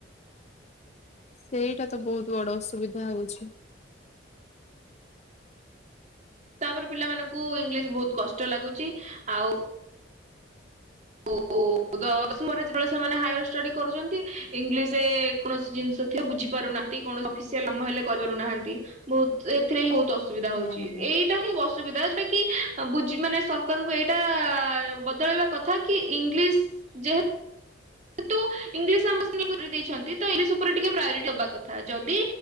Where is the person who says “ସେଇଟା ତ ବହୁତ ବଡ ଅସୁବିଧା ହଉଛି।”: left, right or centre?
Left